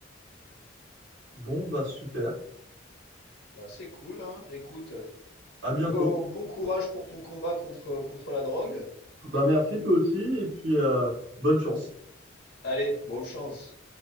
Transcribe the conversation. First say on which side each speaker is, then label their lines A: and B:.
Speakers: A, on the right; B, on the left.
A: Bon, bah super.
B: Bah, c'est cool, hein. Écoute.
A: À bientôt.
B: Bon, bon courage pour ton combat contre, contre la drogue.
A: Bah merci toi aussi et puis euh, bonne chance.
B: Allez, bonne chance.